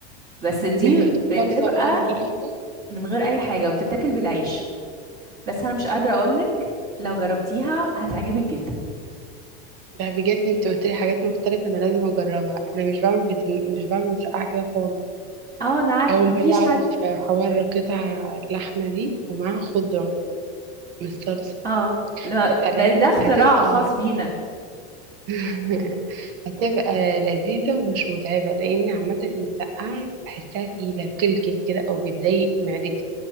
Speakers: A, on the right (about 30°); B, on the right (about 55°).
A: بس دي
B: من غير
A: بتبقى
B: صلصة بقى ولا من غير اي حاجة
A: من غير أي حاجة وبتتاكل بالعيش بس أنا مش قادرة أقولك
B: مم.
A: لو جربتيها هتعجبك جدا
B: ده بجد انت قلت لي حاجات مختلفة انا لازم اجربها انا مش بعمل بتنج... مش بعمل مسقعة كده خالص
A: اه انا عارفه
B: أول مرة
A: مفيش
B: أعرف
A: حد
B: حوار قطع اللحمة دي ومعاها خضرة مش صلصة
A: اه لما
B: بس على
A: ما
B: علمك
A: ده اختراع
B: هتبقى
A: خاص بينا
B: <laughs> هتبقى لذيذة ومش متعبة لأن عامة المسقعة بحسها تقيلة بتلكم كده أو بتضايق معدتي